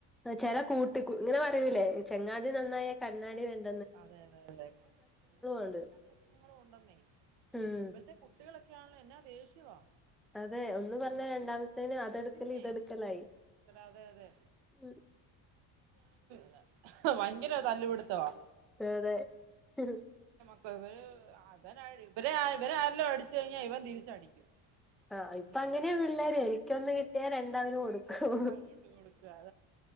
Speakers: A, in the centre; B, on the right.
A: ചെല കൂട്ട്, കു ഇങ്ങനെ പറയൂലേ ചെങ്ങാതി നന്നായ കണ്ണാടി വേണ്ട
B: അതെ അതെ അതെ കൂട്ടുകെട്ടിന്റെ
A: ഉണ്ട്
B: പ്രശ്നങ്ങളും ഒണ്ടെന്നേ
A: ഉം
B: ഏയ് ഇപ്പോഴത്തെ കുട്ടികളൊ - ക്കാണ് എന്നാ ദേഷ്യവാ
A: അതെ ഒന്ന് പറഞ്ഞ രണ്ടാമത്തേന് അതെടുക്കല്
B: പിന്നെ
A: ഇതെടുക്കലായി
B: അതെ അതെ
A: ഉമ്
B: ഭ അഹ് ഭയങ്കര തല്ലുപിടുത്തവാ
A: തെ അതെ ഹ് ഹ്
B: ഇപ്പവര് അതന ഇവരെ ഇവരെ ആരെല്ലും അടിച്ചു കഴിഞ്ഞാൽ ഇവൻ തിരിച്ചടിക്കും
A: ആ ഇപ്പങ്ങനെയാ
B: അങ്ങനെയാ
A: പിള്ളേര് ഇക്കൊന്ന് കിട്ടിയാ രണ്ടവന് കൊടുക്കും
B: അത്ര അങ്ങോട്ട് കൊടുക്കുക